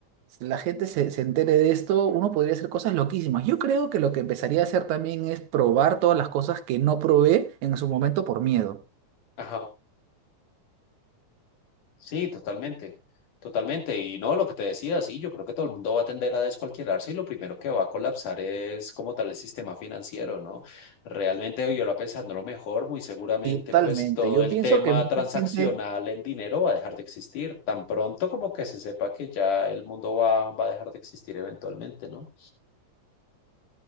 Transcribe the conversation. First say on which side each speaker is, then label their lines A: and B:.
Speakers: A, on the right (about 75°); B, on the left (about 85°).
A: la gente se, se entere de esto, uno podría hacer cosas loquísimas. Yo creo que lo que empezaría a hacer también es probar todas las cosas que no probé en su momento por miedo.
B: Ajá. Sí, totalmente. Totalmente. Y no, lo que te decía, sí, yo creo que todo el mundo va a tender a descualquierarse y lo primero que va a colapsar es como tal el sistema financiero, ¿no? Realmente yo ahora pensando lo mejor, muy seguramente
A: Y Totalmente.
B: pues todo
A: Yo
B: el
A: pienso
B: tema
A: que mucha
B: transaccional
A: gente...
B: en dinero va a dejar de existir tan pronto como que se sepa que ya el mundo va, va a dejar de existir eventualmente, ¿no?